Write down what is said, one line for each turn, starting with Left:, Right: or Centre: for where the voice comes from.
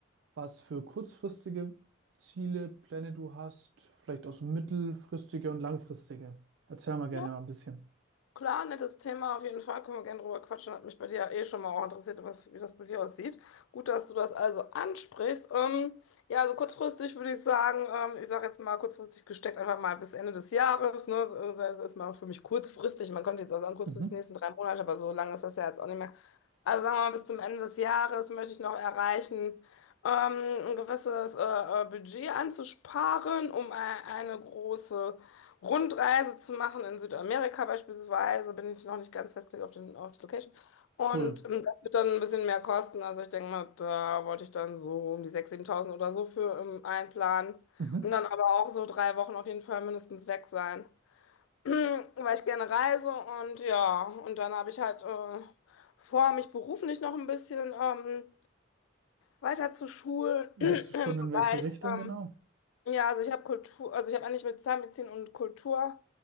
Right: was für kurzfristige Ziele, Pläne du hast, vielleicht auch so mittelfristige und langfristige. Erzähl mal gerne
Left: Ja,
Right: mal ein bisschen.
Left: klar, nettes Thema auf jeden Fall. Können wir gerne drüber quatschen. Hat mich bei dir eh schon mal auch interessiert, was, wie das bei dir aussieht. Gut, dass du das also ansprichst. Ähm, ja, also kurzfristig würde ich sagen, ähm, ich sage jetzt mal kurzfristig gesteckt, einfach mal bis Ende des Jahres. Ne? Das das ist mal für mich kurzfristig. Man könnte jetzt auch sagen, kurzfristig
Right: Mhm.
Left: die nächsten drei Monate, aber so lange ist das ja jetzt auch nicht mehr. Also sagen wir mal, bis zum Ende des Jahres möchte ich noch erreichen, ähm, ein gewisses äh, äh, Budget anzusparen, um e- eine große Rundreise zu machen in Südamerika beispielsweise, bin ich noch nicht ganz festgelegt auf den, auf die Location. Und
Right: Cool.
Left: ähm, das wird dann ein bisschen mehr kosten. Also ich denke mal, da wollte ich dann so um die 6.000, 7.000 oder so für ähm, einplanen.
Right: Mhm.
Left: Und dann aber auch so drei Wochen auf jeden Fall mindestens weg sein, <clears throat> weil ich gerne reise. Und ja, und dann habe ich halt äh, vor, mich beruflich noch ein bisschen ähm, weiter zu schulen <clears throat>
Right: Weißt
Left: im
Right: du schon, in
Left: Bereich.
Right: welche Richtung
Left: Ähm,
Right: genau?
Left: ja, also ich habe Kultur, also ich habe eigentlich mit Zahnmedizin und Kultur